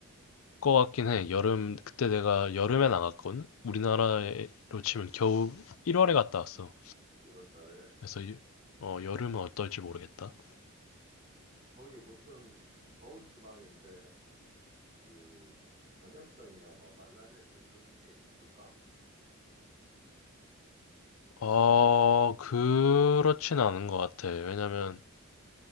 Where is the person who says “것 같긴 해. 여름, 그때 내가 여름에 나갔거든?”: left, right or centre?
Left